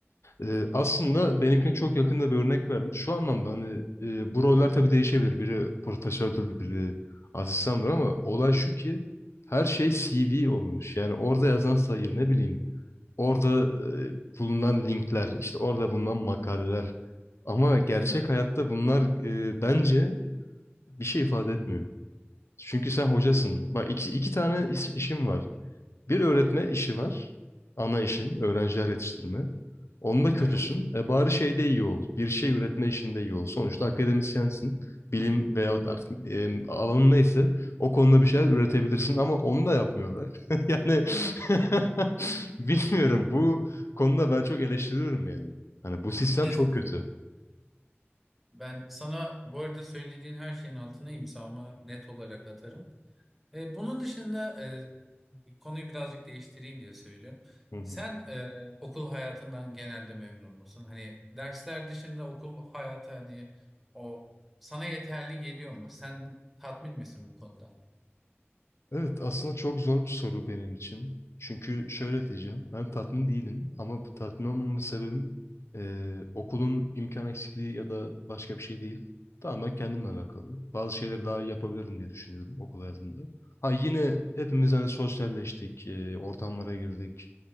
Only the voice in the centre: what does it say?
Evet,
evet.
Kesin.
Ben sana bu arada söylediğin her şeyin altına imzamı net olarak atarım. E, bunun dışında e, konuyu birazcık değiştireyim diye söylüyorum.
Sen e, okul hayatından genelde memnun musun? Hani dersler dışında okul hayatı hani o sana yeterli geliyor mu? Sen tatmin misin bu konudan?